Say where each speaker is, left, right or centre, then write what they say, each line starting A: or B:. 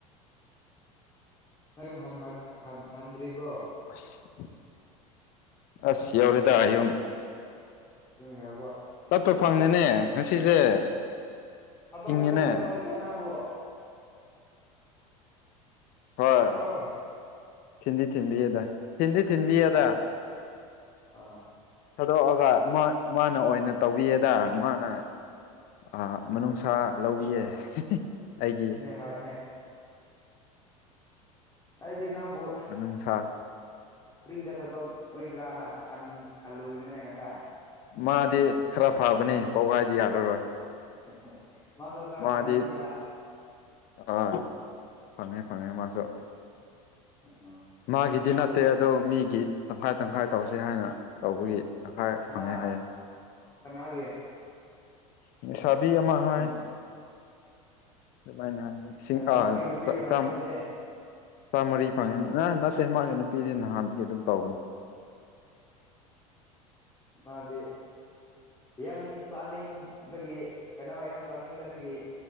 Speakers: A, on the left (about 20°); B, on the left (about 50°).
A: ꯅꯪ ꯌꯨꯝ ꯍꯟꯂꯛ ꯍꯟ ꯍꯟꯗ꯭ꯔꯤꯕꯣ
B: ꯑꯁ ꯑꯁ ꯌꯧꯔꯦꯗ ꯌꯨꯝ
A: ꯌꯨꯝ ꯌꯧꯔꯕꯣ
B: ꯆꯠꯄ ꯐꯪꯅꯤꯅꯦ ꯉꯁꯤꯁꯦ
A: ꯊꯥꯗꯣꯛꯄꯨꯗꯤ
B: ꯊꯤꯡꯉꯤꯅꯦ
A: ꯊꯥꯗꯣꯛꯑꯣꯏꯀꯣ ꯅꯪꯕꯨ
B: ꯍꯣꯏ
A: ꯇꯥꯕ꯭ꯔꯣ
B: ꯊꯤꯟꯗꯤ ꯊꯤꯟꯕꯤꯌꯦꯗ ꯊꯤꯟꯗꯤ ꯊꯤꯟꯕꯤꯌꯦꯗ
A: ꯑ ꯑꯥ
B: ꯊꯥꯗꯣꯛꯑꯒ ꯃꯥ ꯃꯥꯅ ꯑꯣꯏꯅ ꯇꯧꯕꯤꯌꯦꯗ ꯃꯥꯅ ꯑ ꯃꯅꯨꯡꯁꯥ ꯂꯧꯔꯤꯌꯦ
A: ꯑꯥ
B: ꯑꯩꯒꯤ
A: <unintelligible> ꯑꯩꯗꯤ ꯅꯪꯕꯨ
B: ꯃꯅꯨꯡꯁꯥ
A: ꯐ꯭ꯔꯤꯗ ꯊꯥꯗꯣꯛ ꯑꯣꯏꯗ꯭ꯔꯅ ꯈꯜ ꯈꯜꯂꯨꯕꯅꯤꯅꯦ ꯉꯁꯥꯏ
B: ꯃꯥꯗꯤ ꯈꯔ ꯐꯕꯅꯤ ꯄꯥꯎꯒꯥꯏꯗꯤ ꯌꯥꯔꯔꯣꯏ
A: <unintelligible>
B: ꯃꯥꯗꯤ
A: ꯐꯪꯉꯝꯅꯤꯗ
B: ꯑꯥ ꯐꯪꯉꯦ ꯐꯪꯉꯦ ꯃꯥꯁꯨ
A: <unintelligible>
B: ꯃꯥꯒꯤꯗꯤ ꯅꯠꯇꯦ ꯑꯗꯣ ꯃꯤꯒꯤ ꯇꯪꯈꯥꯏ ꯇꯪꯈꯥꯏ ꯇꯧꯁꯦ ꯍꯥꯏꯅ ꯇꯧꯕꯒꯤ
A: ꯑ
B: ꯇꯪꯈꯥꯏ
A: ꯀꯅꯥ
B: ꯐꯪꯉꯦ ꯍꯥꯏꯌꯦ
A: ꯀꯅꯥꯒꯤ
B: ꯂꯩꯁꯥꯕꯤ ꯑꯃ ꯍꯥꯏ
A: ꯎꯝ
B: ꯑꯗꯨꯃꯥꯏꯅ
A: ꯑꯁ
B: ꯂꯤꯁꯤꯡ
A: ꯐꯩꯅꯦ
B: ꯑ <unintelligible>
A: ꯃꯥꯒꯤ ꯅꯨꯄꯤ ꯑꯣꯏꯔꯝꯅꯤ ꯑꯗꯨꯗꯤ
B: ꯆꯥꯝꯃꯔꯤ ꯐꯪꯉꯤ ꯑ ꯅꯠꯇꯦ ꯃꯥꯒꯤ ꯅꯨꯄꯤꯗꯤ ꯅꯍꯥꯟꯒꯤ ꯑꯗꯨꯝ ꯇꯧꯕꯅꯤ
A: ꯃꯥꯗꯤ ꯌꯥꯝ ꯆꯥꯅꯤꯡꯕꯒꯤ ꯀꯩꯅꯣ ꯌꯥꯝ ꯆꯥꯅꯤꯡꯗꯕꯒꯤ